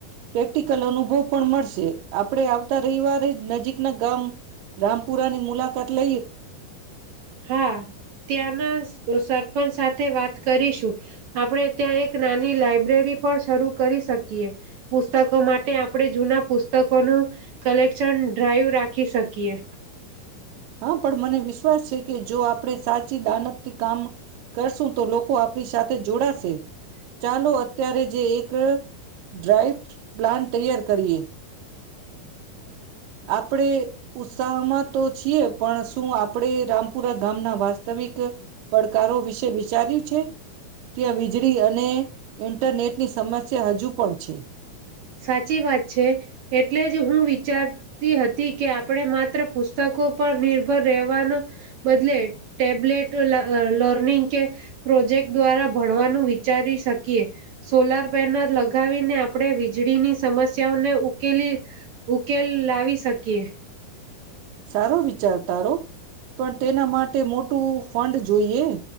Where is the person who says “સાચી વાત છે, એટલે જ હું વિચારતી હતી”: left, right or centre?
Right